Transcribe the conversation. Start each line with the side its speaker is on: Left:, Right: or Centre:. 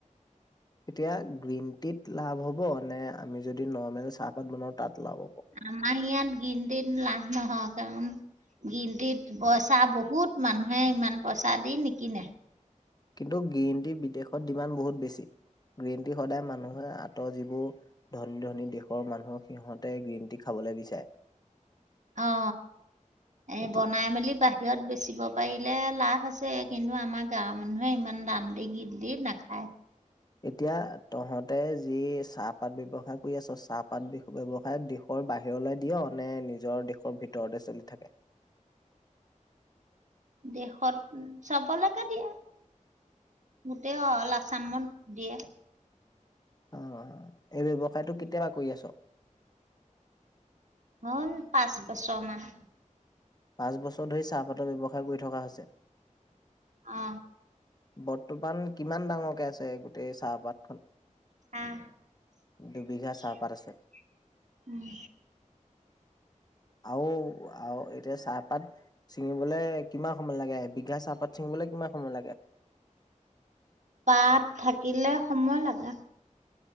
Left: এতিয়া গ্ৰীণ টিত লাভ হ'ব। নে আমি যদি নৰ্মেল চাহপাত বনাও তাত লাভ হ'ব
Right: আমাৰ ইয়াত ইন গ্ৰীণটিত লাভ নহয় কাৰণ গ্ৰীণটিত পইচা বহুত মানুহে ইমান পইচা দি।। কিনা
Left: কিন্তু গ্ৰীণ টি বিদেশত ডিমাণ্ড বহুত বেছি গ্ৰীণ টি সদায় মানুহে আ যিবোৰ ধনী ধনী দেশৰ মানুহক সিহঁতে গ্ৰীণ টি খাবলৈ বিচাৰে।।
Right: অ এ
Left: এতি
Right: বনাই মেলি বাহিৰত বেচিব পাৰিলে লাভ হৈছে কিন্তু আমাৰ গাঁৱৰ মানুহে ইমান দান দি গীত দি নাখায়।
Left: এতিয়া তহঁত ততে যি চাহপাত ব্যৱসায় কৰি আছ চাহপাত ব্যৱসায় দেশৰ বাহিৰলৈ দিয় নে নিজৰ দেশৰ ভিতৰতে চলি থাকে?
Right: দেশত চবলৈকে দিয়ে গোটেই অল আছামত দিয়ে।
Left: অ এই ব্যৱসায়টো তই কৰি আছ?
Right: হ'ল পাঁচ বছৰ মান।
Left: পাঁচ বছৰ ধৰি চাহপাতৰ ব্যৱসায় কৰি থকা হৈছে।
Right: অ
Left: বৰ্তমান কিমান ডাঙৰকে আছে গোট? তে চাহ পাত
Right: আহ-উম
Left: দুবিঘা চাহপাত আছে। আৰু - আৰু এই এতিয়া চাহপাত চিঙিবলে কিমান সময় লাগে, এক বিঘা চাহপাত চিঙিবলৈ কিমান সময় লাগে?
Right: তাত থাকিলে সময় লাগে